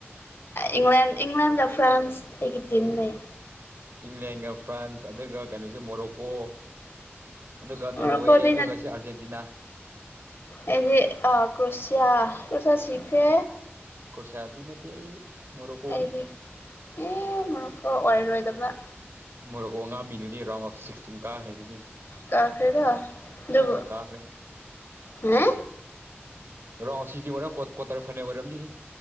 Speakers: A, on the left (about 65°); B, on the right (about 70°).
A: ꯏꯪꯂꯦꯟ ꯏꯪꯂꯦꯟꯒ ꯐ꯭ꯔꯥꯟꯁ ꯑꯩꯒꯤ ꯇꯤꯝ ꯂꯩ
B: ꯏꯪꯂꯦꯟꯒ ꯐ꯭ꯔꯥꯟꯁ ꯑꯗꯨꯒ ꯀꯩꯅꯣꯁꯦ ꯃꯣꯔꯣꯀꯣ ꯑꯗꯨꯒ
A: ꯃꯣꯔꯣꯀꯣꯗꯤ
B: ꯅꯣꯔꯋꯦ ꯑꯗꯨꯒ ꯁꯤ ꯑꯥꯔꯖꯦꯟꯇꯤꯅꯥ
A: ꯑꯦꯗꯤ ꯑ ꯀ꯭ꯔꯁꯤꯌꯥ ꯀ꯭ꯔꯁꯤꯌꯥ ꯆꯈꯦ
B: ꯀꯁꯦ ꯑꯗꯨꯗꯤ ꯅꯠꯇ ꯑꯩꯗꯤ ꯃꯣꯔꯣꯀꯣꯅꯤ
A: ꯑꯩꯗꯤ ꯑꯦ ꯃꯔꯨꯞꯀꯣ ꯑꯣꯏꯔꯔꯣꯏꯗꯕ
B: ꯃꯣꯔꯣꯛꯀꯣ ꯑꯉꯥꯃꯤꯗꯨꯗꯤ ꯔꯥꯎꯟ ꯑꯣꯐ ꯁꯤꯛꯁꯇꯤꯟ ꯀꯥꯈ꯭ꯔꯦꯗꯨꯗꯤ
A: ꯀꯥꯈꯔꯦꯒ ꯑꯗꯨꯕ
B: ꯀꯥꯈ꯭ꯔꯦ
A: ꯑꯦ
B: ꯔꯣꯑꯣ ꯁꯤꯗꯤ ꯑꯣꯏꯔꯝ ꯀꯣꯇꯔ ꯐꯅꯦꯛ ꯑꯣꯏꯔꯝꯗꯤ ꯁꯤ